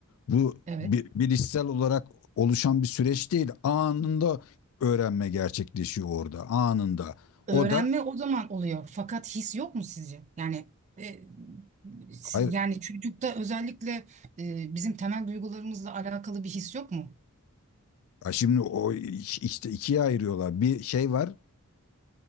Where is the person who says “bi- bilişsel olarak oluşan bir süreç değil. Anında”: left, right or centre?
Left